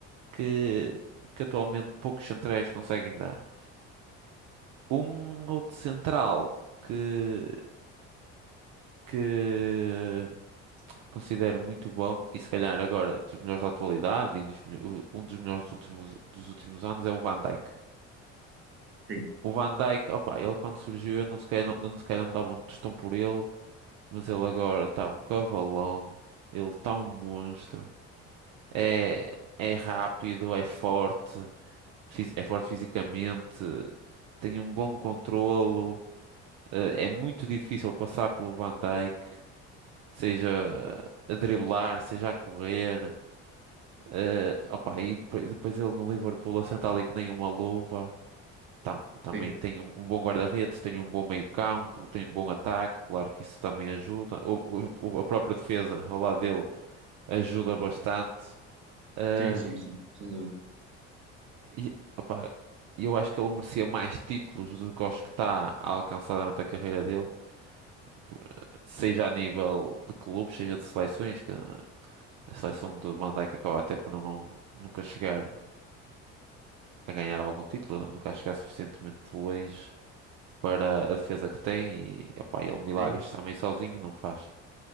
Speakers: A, on the right; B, on the right.
A: que, que atualmente poucos centrais conseguem dar. Um outro central que, que considero muito bom, e se calhar agora dos melhores da atualidade e dos melho- um dos melhores dos últimos, dos últimos anos, é o Van Dijk.
B: Sim,
A: O Van Dijk, opa, ele quando surgiu, eu não sequer, eu não sequer me dava um tostão por ele, mas ele agora está um cavalão, ele está um monstro. É, é rápido, é forte, fis- é forte fisicamente, tem um bom controlo, eh, é muito difícil passar pelo Van Dijk, seja a driblar, seja a correr. eh, opa, e, p- e depois ele no Liverpool assenta ali que nem uma luva. tam- também
B: sim,
A: tem um, um bom guarda-redes, tem um bom meio-campo, tem um bom ataque, claro que isso também ajuda. O, o- o- a própria defesa ao lado dele ajuda bastante. Ah,
B: sim, sim, sim, sem dúvida.
A: e, opá, eu acho que ele merecia mais títulos do que os que está a alcançar durante a carreira dele, por- seja a nível de clubes, seja de seleções, que a seleção de Van Dijk acaba até por não, nunca chegar a ganhar algum título, nunca chegar suficientemente longe para a defesa que tem e epá, ele milagres
B: Sim,
A: também sozinho não faz.